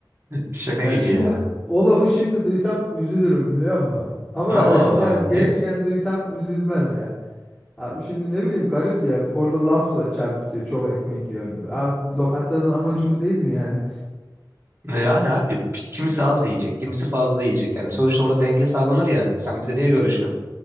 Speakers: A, on the right (about 30°); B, in the centre.
A: Şaka
B: Ya
A: gibi
B: şimdi
A: ya.
B: o lafı şimdi duysam üzülürüm biliyor musun? Ama
A: Allah
B: eskiden
A: Allah
B: gençken
A: niye?
B: duysam üzülmem ya. Abi şimdi ne bileyim garip ya. Orada laf so- çarpıtıyor. Çok ekmek yiyorsun gibi. Abi lokantanın amacı bu değil mi yani?
A: Yani abi kimisi az yiyecek, kimisi fazla yiyecek. Yani sonuçta orada denge sağlanır yani. Sen bize niye görüşüyorsun?